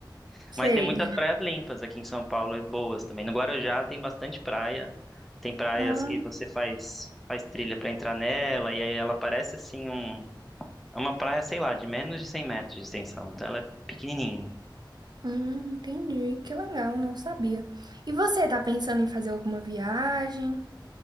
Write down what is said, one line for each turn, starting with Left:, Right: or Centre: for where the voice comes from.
Centre: <laughs>
Right: Sei.
Centre: Mas tem muitas praias limpas aqui em São Paulo e boas também. No Guarujá tem bastante praia. Tem praias
Right: Ah,
Centre: que você faz, faz trilha para entrar nela, e aí ela parece assim um é uma praia, sei lá, de menos de 100 metros de extensão, então ela é pequenininha.
Right: hum, entendi. Que legal, não sabia. E você tá pensando em fazer alguma viagem?